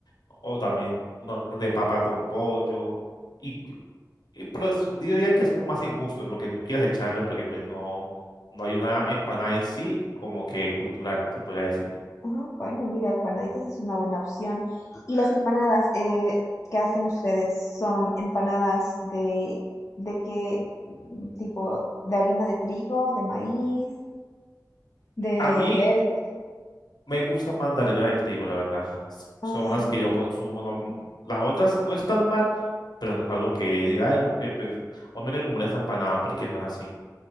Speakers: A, on the left; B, on the left.
A: o también uno de papa con pollo y, y pero es- yo diría que es como más en gustos lo que tú quieras echarle porque pues no, no hay una empanada en sí como que cultural, se podría decir.
B: Ah, bueno, mira, empanaditas es una buena opción. ¿Y las empanadas eh, que hacen ustedes son empanadas de, de qué tipo? ¿De harina de trigo, de maíz, de
A: A mí
B: verde?
A: Me gusta más la harina de trigo, la verdad. S-
B: Ah,
A: Son
B: sí.
A: las que yo consumo. no m- las otras no están mal, pero no es algo que diga, ay, no me quiero, o me quiero comer esta empanada porque no es así.